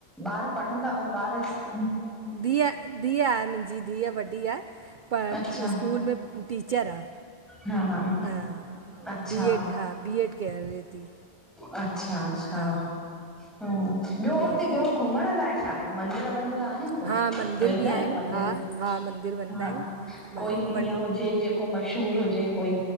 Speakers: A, in the centre; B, on the right (about 55°).
A: ॿार पढ़ंदा ऐं ॿार स्कू,
B: धीय, धीय आहे मुंहिंजी। धीय वॾी आहे। प
A: अच्छा
B: स्कूल में टीचर आह।
A: हा, हा।
B: हा।
A: अच्छा
B: बी एड, बी एड करे थी।
A: अच्छा, अच्छा,
B: हा
A: हा। ॿियो
B: बी
A: हुते
B: एड
A: ॿियो
B: करे
A: घुमण लाइ? छा आहे? मंदिर वन्दिर आहिनि कोई?
B: हा मंदर
A: वेंदा
B: बि
A: आहियो
B: आहिनि
A: मंदिर?
B: हा हा मंदर वेंदा
A: हा।
B: आहियूं व
A: कोई हीअं हुजे? जेको मशहूर हुजे कोई।